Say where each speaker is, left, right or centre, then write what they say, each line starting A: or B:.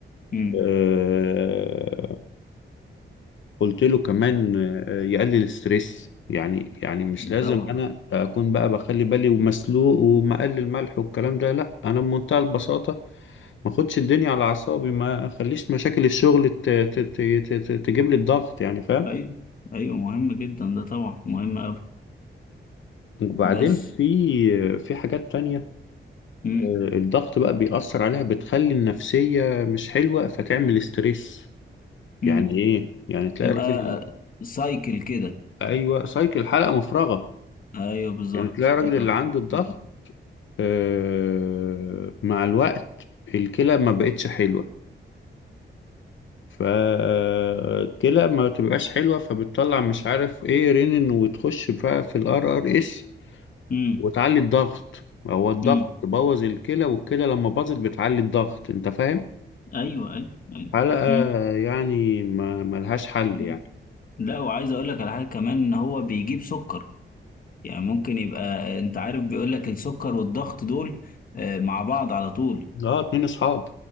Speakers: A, on the left; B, on the left.
A: م-م.
B: آه، قلت له كمان آه، يقلل الستريس يعني يعني مش لازم
A: طبعا
B: انا اكون بقى بخلي بالي ومسلوق ومقلل ملح والكلام ده لا انا بمنتهى البساطة ما اخدش الدنيا على اعصابي ما اخليش مشاكل الشغل ت- ت- ت- ت- تجيب لي الضغط يعني فاهم
A: ايوه ايوه مهم جدا ده طبعا مهم قوي
B: وبعدين
A: بس
B: في في حاجات تانية
A: م-م.
B: آه، الضغط بقى بيأثر عليها بتخلي النفسية مش حلوة فتعمل ستريس
A: م-م.
B: يعني ايه يعني تلاقي
A: تبقى
B: الراجل
A: سايكل كده
B: ايوه سايكل حلقة مفرغة
A: ايوه بالظبط
B: يعني تلاقي الراجل
A: بالظبط
B: اللي عنده الضغط
A: م-م.
B: آه، مع الوقت الكلى ما بقتش حلوة فالكلى ما تبقاش حلوة فبتطلع مش عارف ايه رينين وتخش بقى في الار ار اس
A: م-م.
B: وتعلي الضغط هو الضغط
A: م-م.
B: بوظ الكلى والكلى لما باظت بتعلي الضغط انت فاهم
A: ايوه ايوه ايوه
B: حلقة
A: مم.
B: يعني ما ملهاش حل
A: مم.
B: يعني
A: لا وعايز اقول لك على حاجه كمان ان هو بيجيب سكر يعني ممكن يبقى آه، انت عارف بيقول لك السكر والضغط دول آه، مع بعض على طول
B: اه اتنين اصحاب